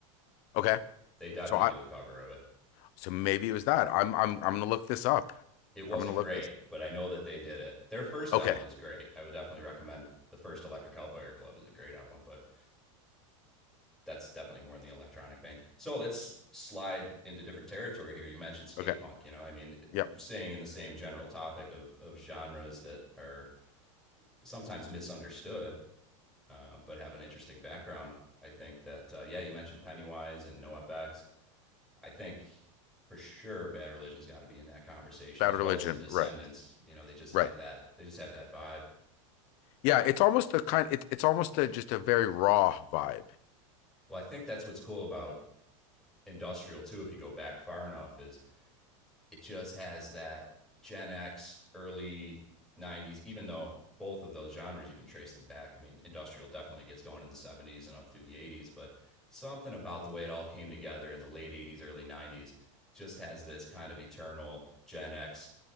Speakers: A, on the left; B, in the centre.
A: Okay,
B: They definitely
A: so I
B: do a cover of it.
A: so maybe it was that. I'm I'm I'm gonna look this up.
B: it wasn't
A: I'm gonna look
B: great,
A: this.
B: but I know that they did it. Their first
A: Okay,
B: album is great. I would definitely recommend the first Electric Hellfire Club is a great album, but that's definitely more in the electronic vein. So let's slide into different territory here. You mentioned skate
A: okay,
B: punk, you know, I mean,
A: yep.
B: staying in the same general topic of, of genres that are sometimes misunderstood, uh, but have an interesting background. I think that, uh, yeah, you mentioned Pennywise and NoFX. I think for sure Bad Religion's got to be in that conversation
A: Bad
B: as
A: Religion,
B: well as the Descendants.
A: right?
B: You know, they just have
A: Right.
B: that they just have that vibe.
A: Yeah, it's almost a kind. It's it's almost a just a very raw vibe.
B: Well, I think that's what's cool about Industrial too. If you go back far enough, is it just has that Gen X, early 90s, even though both of those genres you can trace them back. I mean, industrial definitely gets going in the 70s and up through the 80s, but something about the way it all came together in the late 80s, early 90s just has this kind of eternal Gen X